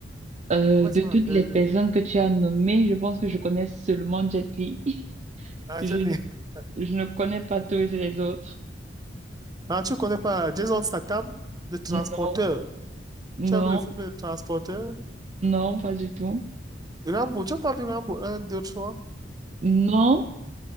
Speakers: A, on the right (about 35°); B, on the right (about 20°).
A: Euh,
B: Comment est-ce
A: de
B: qu'on
A: toutes
B: appelle?
A: les
B: euh,
A: personnes que tu as nommées, je pense que je connais seulement Jet Li. <laughs>
B: Ah,
A: Je
B: Jet
A: ne,
B: Li. <laughs>
A: je ne connais pas tous les autres.
B: Ah, tu connais pas Jason Statham, le transporteur.
A: Non,
B: Tu
A: non,
B: as vu le film Le Transporteur?
A: non, pas du tout.
B: Rambo, tu n'as pas vu Rambo 1, 2, 3?
A: Non.